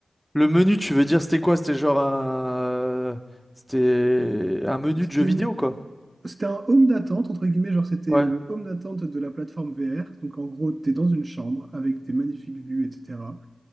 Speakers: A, in the centre; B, on the right (about 45°).
A: Le menu, tu veux dire, c'était quoi? C'était genre un, c'était un menu
B: Donc, C'était
A: de jeu vidéo,
B: une-
A: quoi.
B: c'était un home d'attente, entre guillemets, genre, c'était
A: Ouais,
B: euh, le home d'attente de la plateforme VR. Donc, en gros, tu es dans une chambre avec des magnifiques vues, etc.